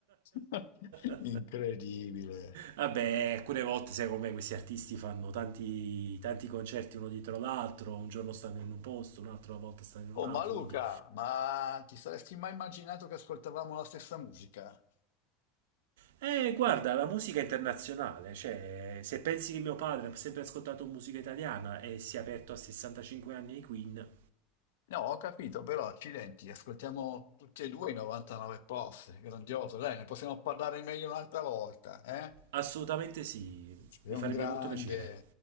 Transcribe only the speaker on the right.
<laughs>
Vabbè, alcune volte, sai com'è, questi artisti fanno tanti, tanti concerti uno dietro l'altro, un giorno stanno in un posto, un'altra volta stanno in
un altro,
quindi...
Eh, guarda, la musica internazionale, cioè, se pensi che mio padre ha sempre ascoltato musica italiana e si è aperto a 65 anni ai Queen...
Assolutamente sì,
mi farebbe
molto piacere.